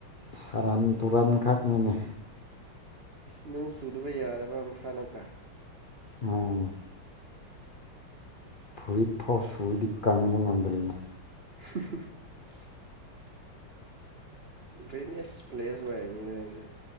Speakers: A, on the left (about 45°); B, on the right (about 40°).
A: ꯁꯔꯥꯟ ꯇꯨꯔꯟꯈꯛꯅꯤꯅꯦ
B: ꯅꫭꯡ ꯆꯨꯗꯕ ꯌꯥꯗꯕ ꯑꯝꯐꯥ ꯅꯠꯇ꯭ꯔꯥ
A: ꯃꯅꯦ ꯐꯨꯔꯤꯠ ꯐꯥꯎ ꯁꯨꯨꯔꯗꯤ ꯀꯪꯕ ꯉꯝꯗ꯭ꯔꯤꯅꯤ
B: <unintelligible> ꯒ꯭ꯔꯦꯃꯤꯁ ꯄ꯭ꯂꯦꯁ ꯑꯣꯏ ꯏꯁꯨ